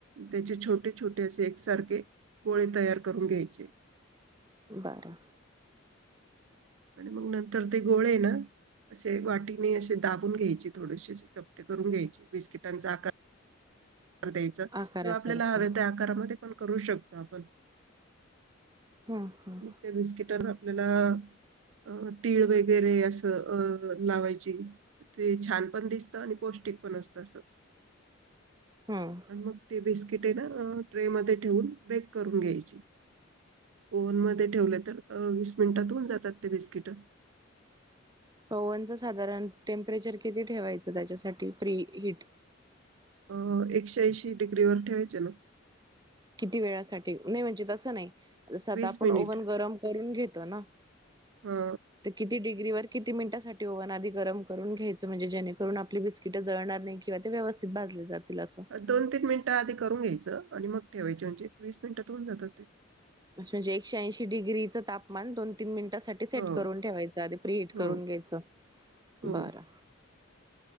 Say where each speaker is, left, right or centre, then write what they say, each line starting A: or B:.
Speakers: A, on the right; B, on the right.
A: त्याचे छोटे छोटे असे एकसारखे गोळे तयार करून घ्यायचे.
B: बरं
A: आणि मग नंतर ते गोळे ये ना असे वाटीने असे दाबून घ्यायचे थोडेशी अशे चपटे करून घ्यायचे बिस्किटांचा आकार कार द्यायचा किंवा
B: आकारासारखे.
A: आपल्याला हवे त्या आकारामध्ये पण करू शकतो आपण
B: हम्म हम्म
A: त्या बिस्किटनं आपल्याला अ तीळ वगैरे असं अ लावायची. ते छान पण दिसतं आणि पौष्टिक पण असतं असं.
B: हम्म.
A: आणि मग ते बिस्किटे ना ट्रे मध्ये ठेवून बेक करून घ्यायची. ओव्हन मध्ये ठेवले तर वीस मिनिटात होऊन जातात ते बिस्किट.
B: ओहनच साधारण टेम्परेचर किती ठेवायचं त्याच्यासाठी प्री हीट?
A: अ एकशे ऐंशी डिग्री वर ठेवायचे ना.
B: किती वेळासाठी? नाही म्हणजे तसं नाही जस आता
A: वीस
B: आपण
A: मिनिट
B: ओव्हन गरम करून घेतो ना.
A: हा
B: <inaudible> ते किती डिग्री वर किती मिनिटसाठी ओहन आधी गरम करून घ्यायचं म्हणजे जेणेकरून आपली बिसक तिटं जळणार नाही किंवा ते व्यवस्थित भाजले जातील असं.
A: दोन-तीन मिनिटं आधी करून घ्यायचं आणि मग ठेवायचे म्हजे वीस मिनिटात होऊन जातात.
B: म्हणजे एकशे ऐंशी डिग्रीचं तापमान दोन-तीन मिनिटासाठी सेट
A: हो
B: करून ठेवायच आधी प्रि हिट
A: हो
B: करून घ्यायचं
A: हो
B: बरं.